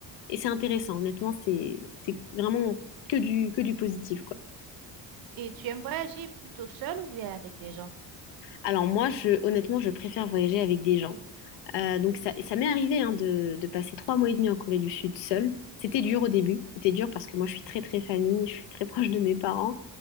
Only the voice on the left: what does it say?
et c'est intéressant. Honnêtement, c'est, c'est vraiment que du, que du positif, quoi.
Alors moi, je, honnêtement, je préfère voyager avec des gens. Euh, donc ça, ça m'est arrivé hein, de, de passer trois mois et demi en Corée du Sud seule. C'était dur au début, c'était dur parce que moi je suis très très famille, je suis très proche de mes parents.